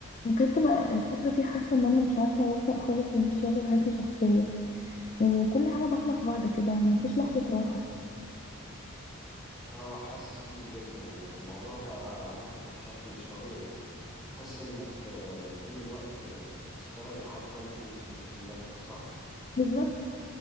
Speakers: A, on the left (about 35°); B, in the centre.
A: بجد بقى الفترة دي حاسة ان انا مش عارفة اوفق خالص بين الشغل وحياتي الشخصية يعني كل حاجة داخلة في بعض كده ومفيش لحظة راحة
B: اه حاسس بيكي جدا الموضوع بقى مرهق بشكل مش طبيعي تحس انك آه، طول الوقت آه، بتشتغلي حتى وانت مش مش في المكتب صح؟
A: بالظبط